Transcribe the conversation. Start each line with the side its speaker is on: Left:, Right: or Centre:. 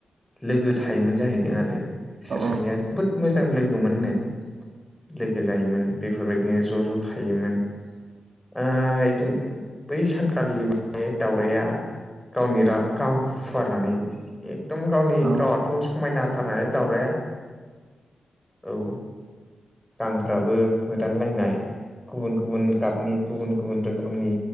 Centre: लोगो थायोमोन जाहैदों आरो बिसोर
Right: औ औ
Centre: सानैया जोबोद मोजां लोगोमोननो लोगो जायोमोन बेफोरबायदिनो ज' ज' थायोमोन आ इदिनो बै सानखालि माने दाउराया गावनि गांखौ फुवारनानै एकदम गावनि
Right: औ
Centre: गावआथ' समायना थारनालाय दाउराया औ गांफोराबो मोदानलायनाय गुबुन गुबुन गाबनि गुबुन गुबुन रोखोमनि